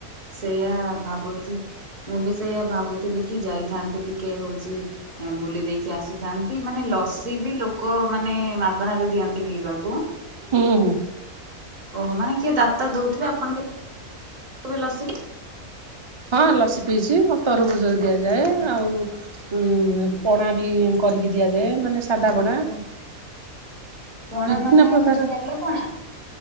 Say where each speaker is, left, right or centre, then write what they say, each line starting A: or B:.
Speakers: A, on the right (about 60°); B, on the right (about 25°).
A: ସେଇଆ ଭାବୁଚି। ମୁଁ ବି ସେଇଆ ଭାବୁଥିଲି କି ଯାଇଥାନ୍ତି ଟିକେ ହଉଚି ବୁଲି ଦେଇକି ଆସିଥାନ୍ତି ମାନେ ଲସି ବି ଲୋକ ମାନେ ମାଗଣାରେ ଦିଅନ୍ତି ପିଇବାକୁ।
B: ହୁଁ ହୁଁ।
A: ଓହୋ ମାନେ କିଏ ଦାତା ଦଉଥିବେ ଆପଣ <unintelligible>
B: ହଁ ଲସି ପିଇଚି ମ ତରଭୁଯ ଦିଆଯାଏ ଆଉ ପଣା ବି କରିକି ଦିଆଯାଏ ମାନେ ସାଧାପଣା।
A: ଓହୋ ପଣା
B: ବିଭିନ୍ନ
A: ମାନେ
B: ପ୍ରକାର
A: ହଉଛି ବେଲ ପଣା